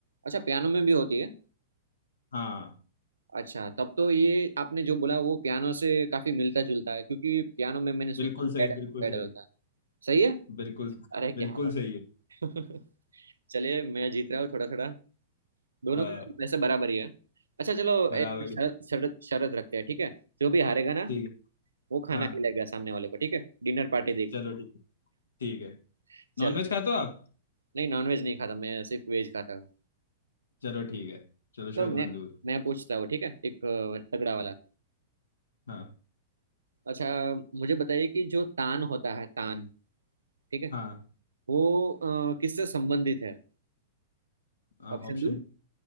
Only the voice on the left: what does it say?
हाँ
बिल्कुल सही
बिल्कुल
सही
बिल्कुल
बिल्कुल
सही है
<laughs> हाँ
बराबर
ही
ठीक है
हाँ
चलो ठीक है ठीक है
नॉनवेज खाते हो आप
चलो ठीक है चलो शायद
मंजूर
ठीक, हाँ
हाँ
हाँ
ऑप्शन